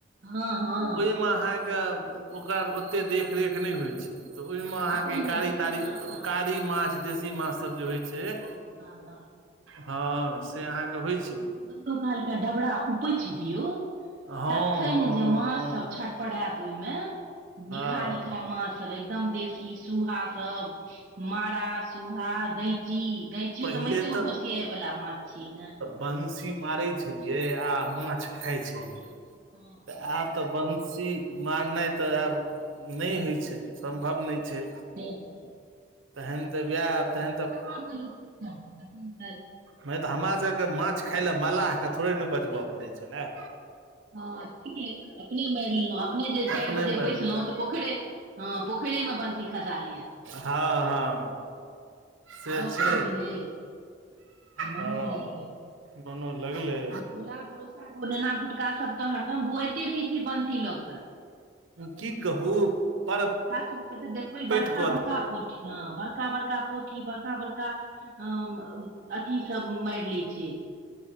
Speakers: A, on the right; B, on the right.
A: हँ हँ
B: ओहिमे अहाँके तऽ ओकर ओतेक देखरेख नहि होइ छै तऽ ओहिमे अहाँके
A: आ ओहिमे
B: ई कारी
A: देशी
B: तारी,
A: माछ हँ
B: कारी माछ देशी माछसभ जे होइ छै
A: वाह वाह
B: हँ, से अहाँके होइ छै
A: कखनो कालके डबरा उपछि दियौ
B: हँ
A: तखन
B: हँ
A: जे
B: हँ
A: माछ
B: हँ
A: सभ छट पड़ाएत ओहिमे,
B: हँ
A: निकहा-निकहा माछ सब एकदम देशी सूहा सब मारा सूहा गैंची, गैंचियो
B: पहिले
A: तऽ माटियेमे घोसियाए वाला माछ छियै ने
B: बंसी मारै छलियए आ माछ खाय छलियै।
A: हँ
B: आब तऽ बंसी मारनाइ तऽ आब नहि होइ छै, सम्भव
A: हँ
B: नहि छै
A: ठीक।
B: तहन तऽ वएह नहि तऽ
A: गाममे लोक की करतै तखैन त <unintelligible>
B: नहि तऽ हमरा सबके माछ खाय लए मल्लाहके थोड़े ने बजबय पड़ै छलैह।
A: हँ ठीके, अपने मारि लेलहुँ <unintelligible> अपने जे
B: अपने
A: चारि बजे
B: मारि
A: बैसलहुँ तऽ पोखैरेमे बंसी खसा लिअ।
B: हँ हँ से
A: गपो
B: छै,
A: भेलै आ मोनो
B: हँ
A: लगलै
B: बनऽ लगलै
A: आ टोला पड़ोसाके भुटका सब तऽ हरदम बौआइते रहै छै बंसी लऽकऽ
B: की कहू पर
A: <unintelligible> तऽ देखबै
B: पैट
A: बड़का-बड़का
B: कऽ
A: पोठी हँ बड़का- बड़का पोठी बड़का बड़का हम अथी सब मारि लै छै